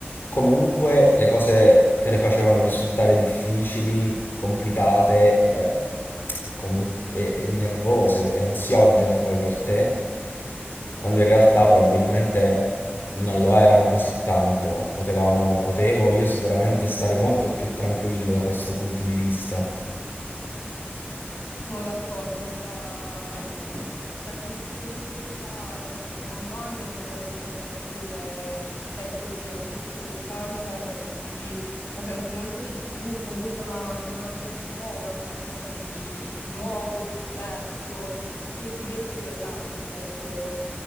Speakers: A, on the left (about 60°); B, on the left (about 85°).
A: Comunque le cose te le facevano risultare difficili, complicate e, e comun- e- e nervose e ansiogene poi per te, quando in realtà probabilmente non lo erano così tanto. Potevamo, potevo io sicuramente stare molto più tranquillo da questo punto di vista.
B: Sono d'accordo, da- dall'inizio dell'università adesso al secondo anno mi sono resa conto anch'io che, che è così, all'inizio quest'ansia la senti, la senti molto di più, comunque è una- è un ambiente nuovo, è un qualcosa di, di nuovo, di diverso, che ti mette quell'ansia, è vero